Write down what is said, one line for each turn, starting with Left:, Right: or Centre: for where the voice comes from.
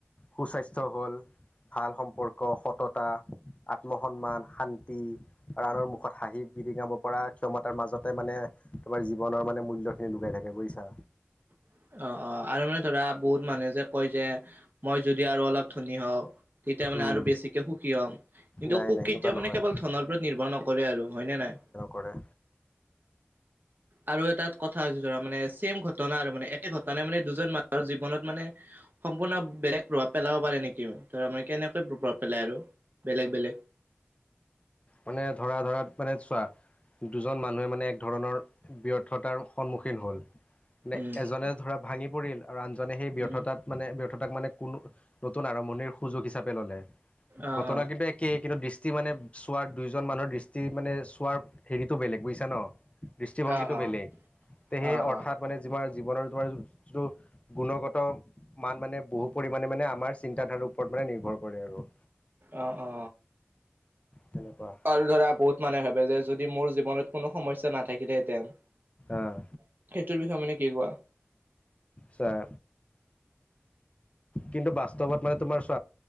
Left: সুস্বাস্থ্য হ'ল ভাল সম্পৰ্ক সততা আত্ম সন্মান শান্তি আনৰৰ মুখত হাঁহি বিৰিঙাব পৰা ক্ষমতাৰ মাজতে মানে তোমাৰ জীৱনৰ মানে মূল্যখিনি লুকাই থাকে বুজিছা
Right: <unintelligible> অ অ আৰু মানে ধৰা বহুত মানুহে যে কয় যে মই যদি আৰু অলপ ধনী হওঁ তেতিয়া মানে
Left: উম,
Right: আৰু বেছিকে সুখী হ'ম কিন্তু
Left: নাই
Right: সুখ
Left: নাই সেনেকুৱা
Right: কেতিয়া
Left: নহয়
Right: মানে কেৱল ধনৰ ওপৰত নিৰ্ভৰ নকৰে আৰু হয়নে নাই
Left: কৰে
Right: আৰু এটা কথা হৈছে ধৰা মানে চেম ঘট না আৰু মানে একে ঘটনাই মানে দুজন মানুহৰ জীৱনত মানে সম্পূৰ্ণ বেলেগ প্ৰভাৱ পেলাব পাৰে নেকি ধৰা মানে কেনেকৈ প্ৰভাৱ পেলাই আৰু বেলেগ বেলেগ
Left: মানে ধৰা ধৰাত মানে চোৱা। দুজন মানুহে মানে এক ধৰণৰ ব্যৰ্থতাৰ সন্মুখীন হল। নে
Right: উম,
Left: এজনে ধৰা ভাঙি পৰিল আৰু আনজনে সেই ব্যৰ্থতাত
Right: উম।
Left: মানে। মানে কোনো নতুন আৰম্ভণিৰ সুযোগ হিচাপে ললে
Right: অ', অ',
Left: ঘটনা কিন্তু একেই কিন্তু দৃষ্টি মানে চোৱাৰ দুইজন মানুহৰ দৃষ্টি মানে চোৱাৰ হেৰিটো বেলেগ বুজিছা ন দৃষ্টিভংগীটো
Right: অ',
Left: বেলেগ তে
Right: অ',
Left: সেই অৰ্থাৎ মানে তোমাৰ জীৱনৰ তোমাৰ যিটো গুণগত মান মানে বহু পৰিমাণে মানে আমাৰ চিন্তাধাৰাৰ ওপৰত নিৰ্ভৰ কৰে আৰু
Right: অ অ
Left: তেনেকুৱা
Right: আৰু ধৰা বহুত মানুহে ভাবে যে যদি মোৰ জীৱনত কোনো সমস্যা নাথাকিলেহেতেন এতিয়া
Left: আহ
Right: সেইটোৰ বিষয়ে মানে কি কোৱা
Left: ছাৰ কিন্তু বাস্তৱত মানে তোমাৰ চ